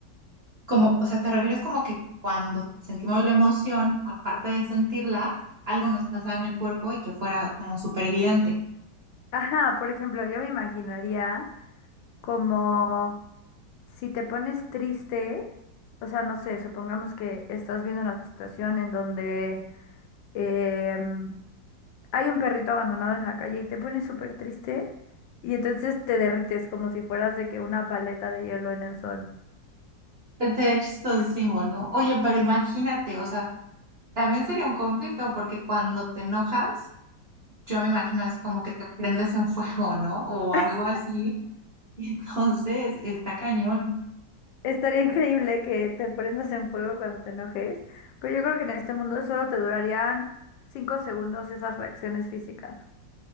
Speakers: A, on the right (about 50°); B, on the left (about 80°).
A: como, o sea, te refieres como que cuando sentimos la emoción, aparte de sentirla, algo nos pasa en el cuerpo y que fuera como súper evidente.
B: Ajá, por ejemplo, yo me imaginaría como si te pones triste, o sea, no sé, supongamos que estás viendo una situación en donde... em, hay un perrito abandonado en la calle y te pones súper triste y entonces te derrites como si fueras de que una paleta de hielo en el sol.
A: Este es chistosísimo, ¿no? Oye, pero imagínate, o sea, también sería un conflicto porque cuando te enojas, yo me imagino así como que te prendes en fuego, ¿no? O
B: <laughs>
A: algo así. <laughs> Entonces, está cañón.
B: Estaría increíble que te prendas en fuego cuando te enojes, pero yo creo que en este mundo solo te durarían cinco segundos esas reacciones físicas.